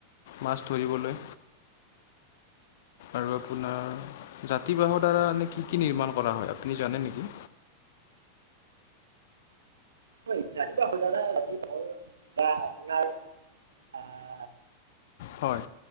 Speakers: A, on the left; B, on the right.
A: মাছ ধৰিবলৈ। আৰু আপোনাৰ জাতি বাঁহৰ দ্বাৰা নে কি কি নিৰ্মাণ কৰা হয়, আপুনি জানে নেকি?
B: <unintelligible> জাতি বাঁহৰ দ্বাৰা জাতি বাঁহৰ দ্বাৰা আপোনাৰ আহ
A: হয়।